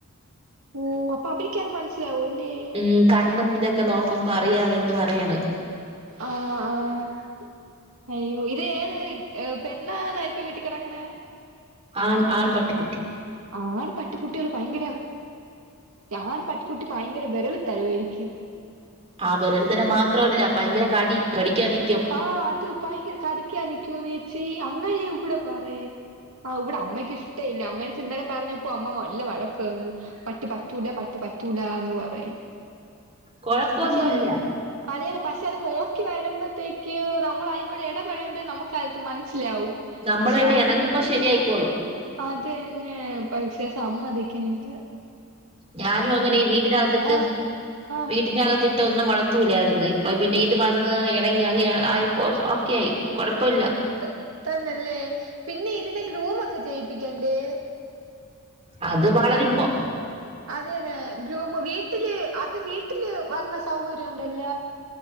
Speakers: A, on the right (about 70°); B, on the right (about 30°).
A: ഓഹ് അപ്പൊ അവര്ക്കത് മനസ്സിലാവുംല്ലേ
B: ഉം കണ്ണും ഇതൊക്കെ നോക്കുമ്പോ അറിയാം എന്ന് പറയണ്
A: ആഹ്ആഹ്അയ്യോ ഇത് ഏത് പെണ്ണാണ ഇപ്പൊ വീട്ടി കിടക്കണെ
B: ആൺ ആൺ പട്ടിക്കുട്ടി
A: ആൺ പട്ടിക്കുട്ടികൾ ഭയങ്കര ആൺ പട്ടിക്കൂട്ടി ഭയങ്കര വിരളി തരമായിരിക്കും
B: ആഹ് വിരളി തരം മാത്രല്ല ഭയങ്കര കടി കടിക്കാൻ നി
A: ആഹ് അത് ഭയങ്കര കടിക്കാ നിക്കൂ നേച്ചി അങ്ങനെ ഇവിടെ പറയും ആഹ് ഇവിടെ അമ്മയ്ക്ക് ഇഷ്ടമല്ല അമ്മയുടെത്ത് ഇന്നലെ പറഞ്ഞപ്പോ അമ്മ നല്ല വഴക്ക് തന്ന് പട്ടി പറ്റൂല പട്ടി പറ്റൂല എന്ന് പറയണ്
B: കൊഴപ്പൊന്നുല്ല
A: പക്ഷെ അത് അതന്നെ പക്ഷെ അത് നോക്കി വരുമ്പോത്തേക്ക് ക്ക് നമ്മൾ അതിന്റെ കൂടെ ഇടപെഴുമമ്പോഴെ നമുക്ക് മനസ്സിലാവു
B: നമ്മളുമായിട്ട്
A: പക്ഷേ അമ്മക്ക്
B: ഇണങ്ങുമ്പോ ശരിയായിക്കോളും
A: ആഹ് അതന്നെ പക്ഷെ സമ്മതിക്കണില്ല
B: ഞാനും അങ്ങനെ ഈ വീട്ടിനകത്തിട്ട്
A: ആഹ് ആഹ്
B: വീട്ടിനകത്തി ട്ടൊന്നും വളർത്തുലായിരുന്നു ഇപ്പ പിന്നെ ഇത് വന്ന് ഇണങ്ങി അങ്ങ ആയിപ്പോഓക്കെ ആയി കുഴപ്പമില്ല
A: ത തന്നല്ലേ പിന്നെ ഇതിന്റെ ഗ്രൂമ ഒക്കെ ചെയ്യിപ്പിക്കണ്ടേ
B: അത് വളരിമ്പോ
A: അതന്നെ ഗ്രൂമു വീട്ടില് അത് വീട്ടില് വരണ സൗകര്യം ഉണ്ടല്ല